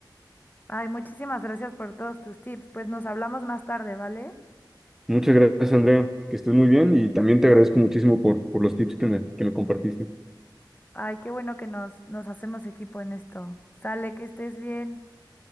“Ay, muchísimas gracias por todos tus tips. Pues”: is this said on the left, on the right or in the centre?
Left